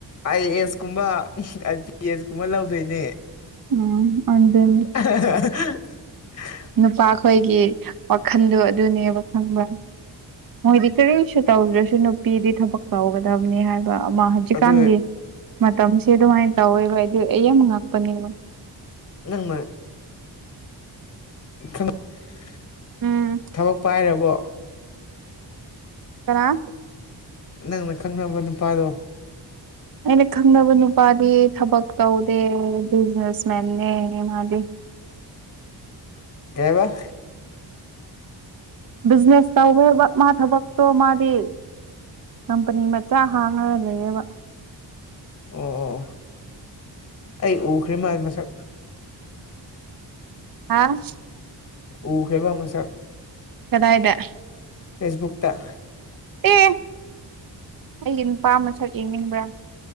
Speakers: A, on the left; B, on the right.
A: ꯑꯥꯏ ꯑꯦ ꯑꯦꯁ ꯀꯨꯝꯕ ꯑꯜ ꯄꯤ ꯑꯦꯁ ꯀꯨꯝꯕ ꯂꯧꯗꯣꯏꯅꯦ
B: ꯎꯝ ꯑꯗꯨꯅꯤ
A: <unintelligible>
B: ꯅꯨꯄꯥꯈꯣꯏꯒꯤ ꯋꯥꯈꯟꯗꯣ ꯑꯗꯨꯅꯦꯕ ꯈꯪꯕ꯭ꯔ ꯃꯣꯏꯗꯤ ꯀꯔꯤꯁꯨ ꯇꯧꯗ꯭ꯔꯁꯨ ꯅꯨꯄꯤꯗꯤ ꯊꯕꯛ ꯇꯧꯒꯗꯕꯅꯤ ꯍꯥꯏꯕ ꯑꯃ ꯍꯧꯖꯤꯛꯀꯥꯟꯒꯤ
A: ꯑꯗꯨ
B: ꯃꯇꯝꯁꯦ ꯑꯗꯨꯃꯥꯏꯅ ꯇꯧꯋꯦꯕ ꯑꯩꯗꯤ ꯑꯩ ꯑꯃ ꯉꯉꯛꯄꯅꯦꯅ
A: ꯅꯪꯃ ꯣ
B: ꯎꯝ
A: ꯊꯕꯛ ꯄꯥꯏꯔꯕꯣ
B: ꯀꯅꯥ
A: ꯅꯪꯅ ꯈꯪꯅꯕ ꯅꯨꯄꯥꯗꯣ
B: ꯑꯩꯅ ꯈꯪꯅꯕ ꯅꯨꯄꯥꯗꯤ ꯊꯕꯛ ꯇꯧꯗꯦ ꯕꯤꯖꯤꯅꯦꯁ ꯃꯦꯟꯅꯦ ꯃꯥꯗꯤ
A: ꯀꯦꯕ
B: ꯕꯤꯖꯅꯦꯁ ꯇꯧꯋꯦꯕ ꯃꯥ ꯊꯕꯛꯛꯇꯣ ꯃꯥꯗꯤ ꯀꯝꯄꯅꯤ ꯃꯆꯥ ꯍꯥꯡꯉꯒ ꯂꯩꯕ
A: ꯑꯣ ꯑꯣ ꯑꯩ ꯎꯈ꯭ꯔꯦ ꯃꯥ ꯃꯁꯛ
B: ꯍꯥꯥ
A: ꯎ ꯍꯦꯕ ꯃꯁꯥ
B: ꯀꯗꯥ ꯍꯥꯏꯗ
A: ꯐꯦꯁꯕꯨꯛꯇ
B: ꯑꯦ ꯑꯩꯒꯤ ꯅꯨꯄꯥ ꯑꯃꯁꯛ ꯌꯦꯡꯅꯤꯡꯕ꯭ꯔꯥ